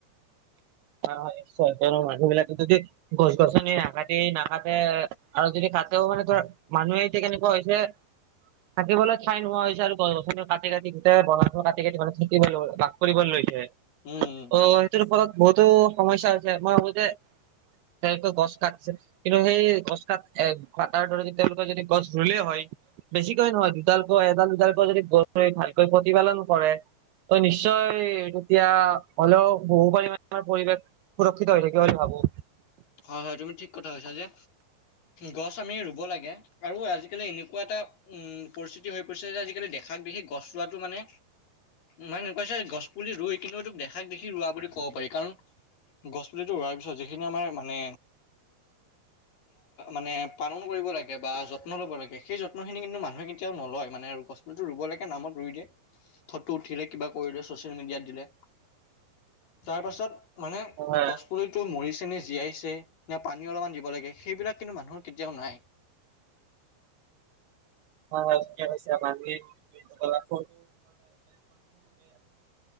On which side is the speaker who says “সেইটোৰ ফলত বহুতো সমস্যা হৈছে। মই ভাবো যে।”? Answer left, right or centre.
Right